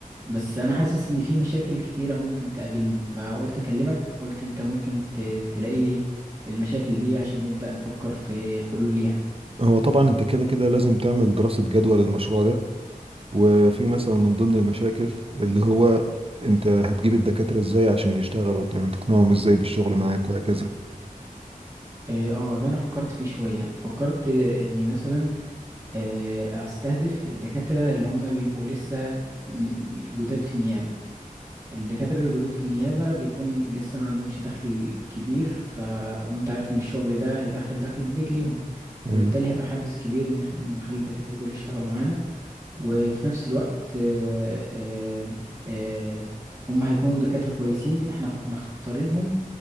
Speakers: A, on the right; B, on the right.
A: بس أنا حاسس إن في مشاكل كتيرة ممكن تقابلني فقلت أكلمك قلت أنت ممكن ت- تلاقي لي المشاكل دي عشان نبدأ نفكر في حلول ليها
B: هو طبعا انت كده كده لازم تعمل دراسه جدوى للمشروع ده وفي مثلا من ضمن المشاكل اللي هو انت هتجيب الدكاترة ازاي عشان يشتغلوا يعني تقنعهم ازاي بالشغل معاك وهكذا
A: اه آه، ده انا فكرت فيه شوية فكرت آه، اني مثلا آه، استهدف الدكاترة اللي هم بيبقوا لسه جداد في النيابة الدكاترة الجدد في النيابة بيكون لسه ما عندهمش دخل كبير ف... وانت عارف ان الشغل ده هيدخل دخل كبير ليهم فبالتالي
B: ايوه
A: هيبقى حافز كبير ان احنا نخلي الدكاترة دول يشتغلوا معانا وفي نفس الوقت آه، آه، آه، هم هيكونوا دكاترة كويسين احنا مختارينهم